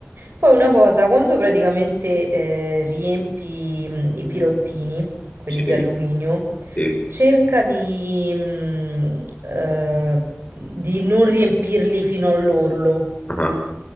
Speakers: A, on the right; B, on the left.
A: Poi una cosa, quando praticamente eh, riempi mh, i pirottini, quelli
B: sì,
A: di alluminio,
B: sì.
A: cerca di, mh, eh, di non riempirli fino all'orlo,
B: Ah.